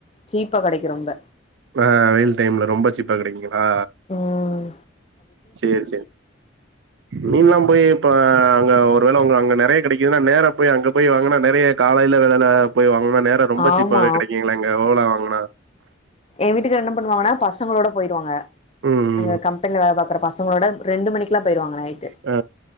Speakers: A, on the left (about 30°); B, on the right (about 70°).
A: சீப்பா கெடைக்கு ரொம்ப
B: ப வெயில் டைம்ல ரொம்ப சீப்பா கெடைக்குங்களா
A: உம்
B: சேரி சேரி மீன்லா போய் இப்ப அங்க ஒருவேளை அவங்க அங்க நெறைய கெடைக்குதுன்னா நேர போய் அங்க போய் வாங்கன்னா நெறைய காலையில வெள்ளன்ன போய் வாங்கனா நேர ரொம்ப
A: ஆமா
B: சீப்பாவவே கெடைக்குங்களா எங்க ஓலா வாங்கனா
A: எ வீட்டுக்கார்ரு என்ன பண்ணுவாங்கன்னா பசங்களோட போயிடுவாங்க
B: ம்
A: அங்க கம்பனில்ல வேல பாக்குற பசங்களோட ரெண்டு மணிக்கெல்லா போயிடுவாங்க நைட்டு
B: ஆ